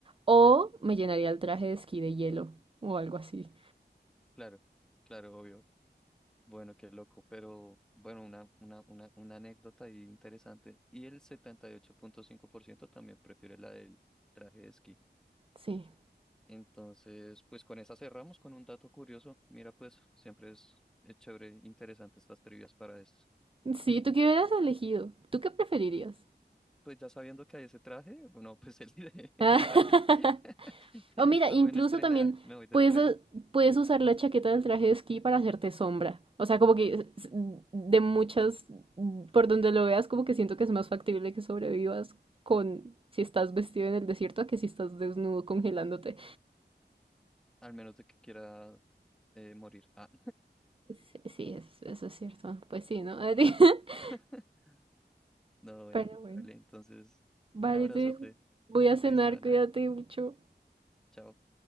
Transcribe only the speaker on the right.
o me llenaría el traje de esquí de hielo o algo así.
Sí.
Sí, ¿tú qué hubieras elegido? ¿Tú qué preferirías?
<laughs>
O mira,
incluso
también
puedes,
eh, puedes usar la chaqueta del traje de esquí para hacerte sombra. O sea, como que s- de muchas, mm, por donde lo veas, como que siento que es más factible que sobrevivas con si estás vestido en el desierto a que si estás desnudo congelándote.
Sí, sí, es- eso es cierto. Pues sí, ¿no? <laughs>
Pero bueno.
Vale,
te dejo. Voy a cenar,
cuídate mucho.